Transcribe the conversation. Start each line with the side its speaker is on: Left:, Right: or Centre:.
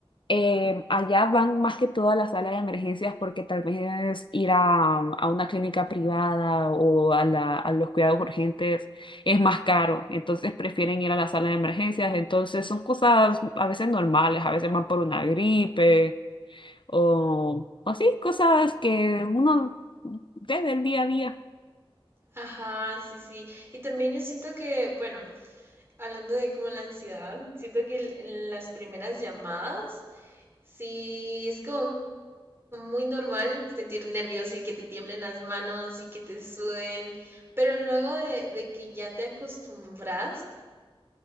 Left: Eh, allá van más que todo a la sala de emergencias porque tal vez ir a, a una clínica privada o a, la- a los cuidados urgentes es más caro, entonces prefieren ir a la sala de emergencias, entonces son cosas a veces normales, a veces van por una gripe o, o sí, cosas que uno ve del día a día.
Right: Ajá, sí, sí. Y también yo siento que, bueno, Hablando de como la ansiedad, siento que el- en las primeras llamadas, sí es como muy normal sentir nervios y que te tiemblen las manos y que te suden, pero luego de, de que ya te acostumbras,